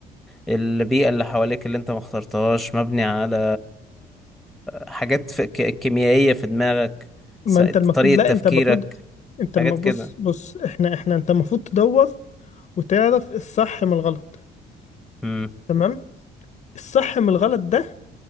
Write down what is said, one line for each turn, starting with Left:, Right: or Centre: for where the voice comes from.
Centre: البيئة اللي حواليك اللي انت ما اخترتهاش مبني على حاجات في ك- كيميائية في دماغك س-
Left: ما انت المفروض
Centre: طريقة
Left: لا
Centre: تفكيرك
Left: انت المفروض انت
Centre: حاجات
Left: المفروض
Centre: كده
Left: بص بص احنا احنا انت المفروض تدور وتعرف الصح من الغلط
Centre: مم.
Left: تمام الصح من الغلط ده